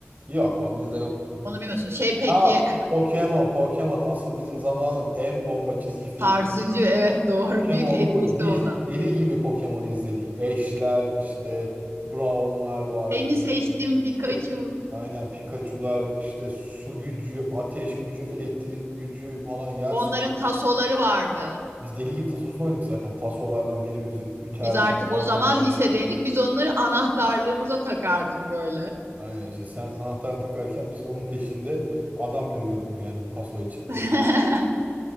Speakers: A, on the right; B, on the right.
A: Yok o bizde yoktu.
B: onu bilmiyorsun. Şey peki
A: Ha
B: e,
A: Pokemon, Pokemon asıl bizim zamanın en bomba çizgi
B: sarsıcı evet doğru
A: Pokemon'du.
B: büyük etkisi
A: Biz
B: olan.
A: deli gibi Pokemon izledik. Ash'ler işte Brown'lar vardı.
B: Seni seçtim Pikachu.
A: Pikachu. Aynen Pikachu'lar işte su gücü, ateş gücü, elektrik gücü falan yer.
B: Onların tasoları vardı.
A: Biz deli gibi tasosunu oynadık zaten. Tasolardan birimizi üterdik.
B: Biz artık
A: kavga
B: o zaman
A: eder.
B: lisedeydik. Biz onları anahtarlığımıza takardık böyle.
A: Aynen işte sen anahtarı takarken biz onun peşinde adam dövüyorduk yani taso için
B: <laughs>